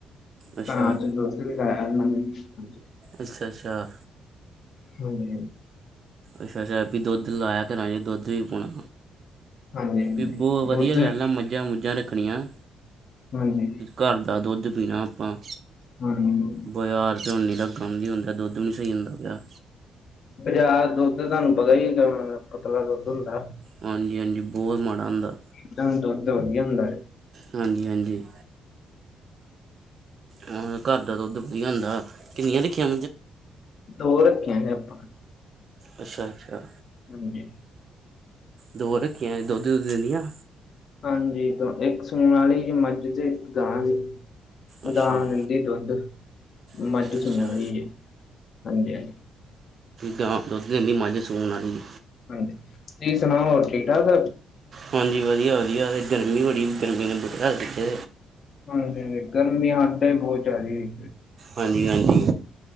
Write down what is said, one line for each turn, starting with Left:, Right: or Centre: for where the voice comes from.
Right: ਅੱਛਾ
Left: ਘਰਾਂ ਚ ਦੁੱਧ ਵੀ <inaudible>
Right: ਅੱਛਾ ਅੱਛਾ
Left: ਹਾਂਜੀ ਹਾਂਜੀ
Right: ਅੱਛਾ ਅੱਛਾ ਵੀ ਦੁਧ ਲਾਇਆ ਕਰਾ ਚ ਦੁੱਧ ਵੀ ਪਉਣਾ
Left: ਹਾਂਜੀ ਹਾਂਜੀ
Right: ਏ ਬੋ ਵਧੀਆ
Left: ਦੁੱਧ ਵੀ
Right: ਗੱਲ ਆ ਮੱਝਾਂ ਮੁੱਝਾਂ ਰੱਖਣੀਆਂ
Left: ਹਾਂਜੀ
Right: ਘਰ ਦਾ ਦੁੱਧ ਪੀਣਾ ਆਪਾਂ
Left: ਹਾਂਜੀ
Right: ਬਾਜ਼ਾਰ ਝੋਨੇ ਦਾ ਕੰਮ ਨਹੀਂ ਹੁੰਦਾ ਦੁੱਧ ਨੀ ਸਹੀ ਹੁੰਦਾ ਪਿਆ
Left: ਬਾਜ਼ਾਰ ਦਾ ਦੁੱਧ ਤੁਹਾਨੂੰ ਪਤਾ ਹੀ ਕਿੰਨਾਪਤਲਾ ਦੁੱਧ ਹੁੰਦਾ
Right: ਹਾਂਜੀ ਹਾਂਜੀ ਬਹੁਤ ਮਾੜਾ ਹੁੰਦਾ।
Left: ਤੁਹਾਡੇ ਕੋਲ ਦੁੱਧ ਵਧੀਆ ਹੁੰਦਾ ਵਧੀਆ ਹੁੰਦਾ।
Right: ਹਾਂਜੀ ਹਾਂਜੀ ਹਾਂਜੀ ਘਰ ਦਾ ਦੁੱਧ ਵਧੀਆ ਹੁੰਦਾ ਹੈ ਤੁਸੀਂ ਨਹੀਂ ਰੱਖੀਆਂ
Left: ਦੋ ਰੱਖਿਆ ਹੈ ਆਪਾਂ
Right: ਅੱਛਾ ਅੱਛਾ
Left: ਹਾਂਜੀ
Right: ਦੋ ਰੱਖੀਆਂ ਦੁੱਧ ਦੁੱਧ ਦਿੰਦੀਆਂ
Left: ਹਾਂਜੀ ਇੱਕ ਸੁਣ ਵਾਲੀ ਮੱਝ ਇੱਕ ਗਾ ਏ
Right: ਅੱਛਾ
Left: ਗਾਂ ਦਿੰਦੀ ਹੈ ਦੁੱਧ ਤੇ
Right: ਅੱਛਾ
Left: ਮੱਝ
Right: ਅੱਛਾ
Left: ਸੂਣ ਵਾਲੀ ਹੈ।
Right: ਗਾਂ ਦੁੱਧ ਦਿੰਦੀ ਹੈ ਤੇ ਮੱਝ ਸੂਣ ਵਾਲੀ
Left: ਹਾਂਜੀ ਤੁਸੀਂ ਸੁਣਾਓ ਹੋਰ ਠੀਕ ਠਾਕ।
Right: ਹਾਂਜੀ ਵਧੀਆ ਵਧੀਆ ਅਤੇ ਗਰਮੀ ਬੜੀ ਗਰਮੀ ਦਿੱਤੇ
Left: ਹਾਂਜੀ ਹਾਂਜੀ ਗਰਮੀ ਸਾਡੇ ਬਹੁਤ ਜ਼ਿਆਦੀ
Right: ਹਾਂਜੀ ਹਾਂਜੀ